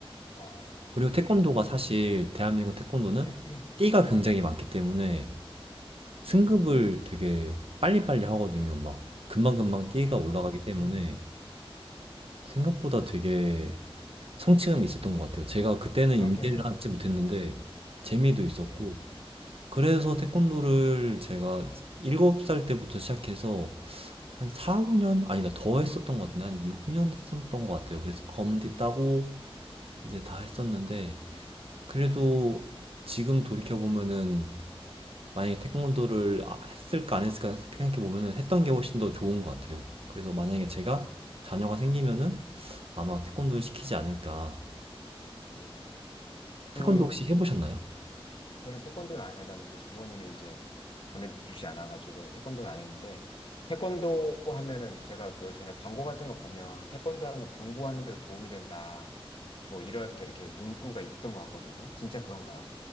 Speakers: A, on the left; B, on the right.
A: 아,
B: 그리고 태권도가
A: 네, 그렇겠네요.
B: 사실 대한민국 태권도는
A: <clears throat>
B: 띠가 굉장히 많기 때문에 승급을
A: 네.
B: 되게 빨리빨리 하거든요. 막 금방금방 띠가 올라가기
A: 아,
B: 때문에 생각보다 되게 성취감이 있었던 것 같아요. 제가 그때는
A: 그렇겠네요.
B: 인지를 하지 못했는데
A: 어,
B: 재미도 있었고
A: 네.
B: 그래서 태권도를 제가 7살 때부터 시작해서 한 4, 5년 아니다 더 했었던 것 같은데 한 6년 했었던 것 같아요. 그래서 검은띠 따고 이제 다 했었는데 그래도 지금 돌이켜 보면은 만약에 태권도를 아- 했을까 안 했을까 생각해 보면은 했던 게 훨씬 더 좋은 것 같아요. 그래서 만약에 제가
A: 음,
B: 자녀가 생기면은
A: 네.
B: 아마 태권도를 시키지 않을까.
A: 네. 그,
B: 태권도 혹시 해보셨나요?
A: 저는 태권도를 안 해봤는데, 제 부모님이 이제 보내주시지 않아가지고, 태권도를 안 했는데, 태권도 하면은 제가 그 전에 광고 같은 거 보면, 태권도 하면 공부하는 데도 도움이 된다. 뭐, 이렇게 이렇게 문구가 있던 것 같거든요. 진짜 그런가요?